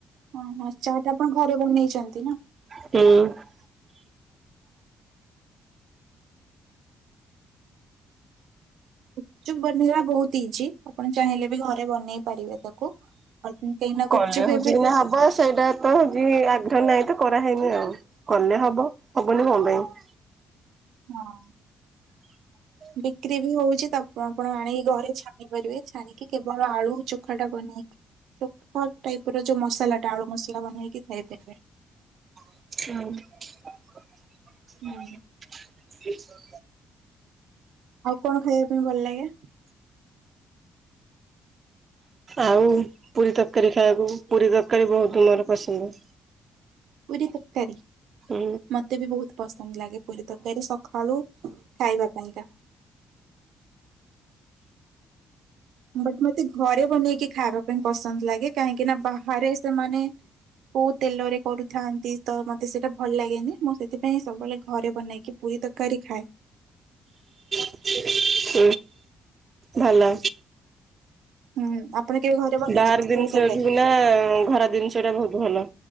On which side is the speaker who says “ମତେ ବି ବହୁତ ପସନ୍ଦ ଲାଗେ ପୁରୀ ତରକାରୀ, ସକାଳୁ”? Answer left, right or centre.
Right